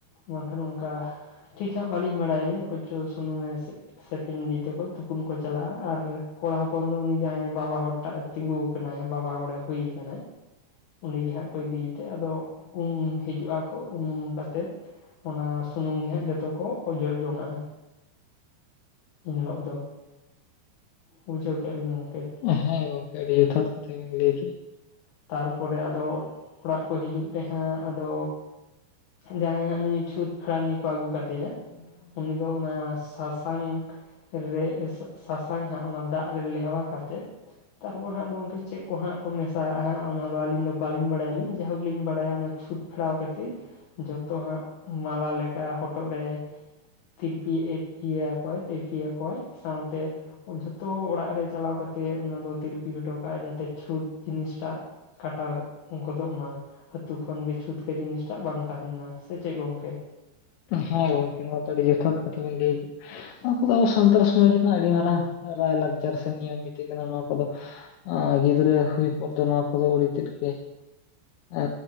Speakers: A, on the left; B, on the left.
A: ᱵᱟᱝᱠᱷᱟᱱ ᱚᱱᱠᱟ ᱴᱷᱤᱠ ᱦᱟᱸᱜ ᱵᱟᱹᱞᱤᱧ ᱵᱟᱲᱟᱭ ᱟᱹᱞᱤᱧ ᱚᱠᱚᱭ ᱪᱚ ᱥᱩᱱᱩᱢ ᱢᱮ ᱥᱮᱯᱮᱧ ᱤᱫᱤ ᱛᱮᱠᱚ ᱛᱩᱯᱩᱱ ᱠᱚ ᱪᱟᱞᱟᱜᱼᱟ᱾ ᱟᱨ ᱠᱚᱲᱟ ᱦᱚᱯᱚᱱ ᱫᱚ ᱩᱱᱤ ᱡᱟᱦᱟᱸᱭ ᱵᱟᱵᱟ ᱦᱚᱲ ᱴᱟᱜ ᱛᱤᱸᱜᱩ ᱟᱠᱟᱱᱟᱭ᱾ ᱵᱟᱵᱟ ᱦᱚᱲᱮ ᱦᱩᱭ ᱠᱟᱱᱟᱭ᱾ ᱩᱱᱤᱜᱮ ᱦᱟᱸᱜ ᱠᱚ ᱤᱫᱤᱭᱮᱛᱮ ᱟᱫᱚ ᱩᱢ ᱦᱤᱡᱩᱜ ᱟᱠᱚ ᱩᱢ ᱠᱟᱛᱮᱫ᱾ ᱚᱱᱟ ᱥᱩᱱᱩᱢ ᱜᱮ ᱦᱟᱸᱜ ᱡᱚᱛᱚ ᱠᱚ ᱚᱡᱚᱜ ᱡᱚᱝᱼᱟ᱾ ᱤᱱ ᱦᱤᱞᱚᱜ ᱫᱚ ᱵᱩᱡᱷᱟᱹᱣ ᱠᱮᱭᱟ ᱵᱤᱱ ᱜᱚᱢᱠᱮ᱾
B: ᱦᱮᱸ ᱜᱚᱝᱠᱮ, ᱟ. ᱰᱤ ᱡᱚᱛᱷᱟᱛ ᱠᱟᱛᱷᱟ ᱵᱤᱱ ᱞᱟᱹᱭ ᱠᱮᱫᱟ᱾
A: ᱛᱟᱨᱯᱚᱨᱮ ᱟᱫᱚ ᱚᱲᱟᱜ ᱠᱚ ᱦᱤᱡᱩᱜ ᱛᱮᱦᱟᱸᱜ ᱟᱫᱚ ᱡᱟᱦᱟᱸᱭ ᱦᱟᱜ ᱱᱩᱭ ᱪᱷᱩᱸᱛ ᱯᱷᱮᱲᱟᱣ ᱩᱱᱤ ᱠᱚ ᱟᱹᱜᱩ ᱠᱟᱫᱮᱭᱟ᱾ ᱩᱱᱤ ᱫᱚ ᱚᱱᱟ ᱥᱟᱥᱟᱝ ᱨᱮ ᱥᱟᱥᱟᱝ ᱦᱟᱸᱜ ᱚᱱᱟ ᱫᱟᱜ ᱨᱮ ᱞᱮᱣᱦᱟ ᱠᱟᱛᱮ ᱛᱟᱨᱯᱚᱨᱮ ᱯᱚᱨ ᱦᱟᱸᱜ ᱜᱚᱢᱠᱮ ᱪᱮᱫ ᱠᱚ ᱦᱟᱸᱜ ᱠᱚ ᱢᱮᱥᱟᱣᱟᱜ ᱟᱦᱟᱜ ᱚᱱᱟ ᱫᱚ ᱟᱹᱞᱤᱧ ᱫᱚ ᱵᱟᱞᱤᱧ ᱵᱟᱲᱟᱭᱟᱞᱤᱧ᱾ ᱡᱟᱦᱳᱠ ᱞᱤᱧ ᱵᱟᱲᱟᱭᱟ ᱚᱱᱟ ᱪᱷᱩᱸᱛ ᱯᱷᱮᱲᱟᱣ ᱠᱷᱟᱹᱛᱤᱨ᱾ ᱡᱚᱛᱚ ᱦᱟᱸᱜ ᱢᱟᱞᱟ ᱞᱮᱠᱟ ᱦᱚᱴᱚᱜ ᱨᱮ ᱛᱤᱨᱯᱤ ᱤᱨᱪᱤ ᱟᱠᱚᱣᱟᱭ ᱛᱤᱨᱯᱤ ᱟᱠᱚᱣᱟᱭ ᱥᱟᱶᱛᱮ ᱡᱷᱚᱛᱚ ᱚᱲᱟᱜ ᱨᱮ ᱪᱟᱞᱟᱣ ᱠᱟᱛᱮᱫ ᱚᱱᱟ ᱫᱚ ᱛᱤᱨᱯᱤ ᱦᱚᱴᱚ ᱠᱟᱜᱼᱟᱭ᱾ ᱡᱟᱛᱮ ᱪᱷᱩᱸᱛ ᱡᱤᱱᱤᱥᱴᱟᱜ ᱠᱟᱴᱟᱣ ᱜᱚᱫᱚᱜ ᱢᱟ᱾ ᱟᱹᱛᱩ ᱠᱷᱚᱱᱜᱮ ᱪᱷᱩᱸᱛᱠᱟᱹ ᱡᱤᱱᱤᱥᱴᱟᱜ ᱵᱟᱝ ᱛᱟᱦᱮᱱᱟ᱾ ᱢᱟᱻ ᱥᱮ ᱪᱮᱫ ᱜᱚᱝᱠᱮ?
B: ᱦᱳᱭ ᱜᱚᱝᱠᱮ ᱱᱚᱣᱟ ᱫᱚ ᱟᱹᱰᱤ ᱡᱚᱛᱷᱟᱛ ᱠᱟᱛᱷᱟ ᱵᱤᱱ ᱞᱟᱹᱭ ᱠᱮᱜ ᱟᱵᱚ ᱫᱚ ᱟᱵᱚ ᱥᱟᱱᱛᱟᱲ ᱥᱚᱢᱟᱡᱽ ᱨᱮᱱᱟᱜ ᱟᱹᱰᱤ ᱢᱟᱨᱟᱝ ᱨᱟᱭᱼᱞᱟᱠᱪᱟᱨ ᱥᱮ ᱱᱤᱭᱚᱢ ᱱᱤᱛᱤᱜ ᱠᱟᱱᱟ ᱱᱚᱣᱟ ᱠᱚᱫᱚ᱾ ᱟᱻ ᱜᱤᱫᱽᱨᱟᱹ ᱦᱩᱭ <unintelligible> ᱱᱚᱣᱟ ᱠᱚᱫᱚ ᱟᱹᱰᱤ ᱛᱮᱫ ᱜᱮ ᱟᱻ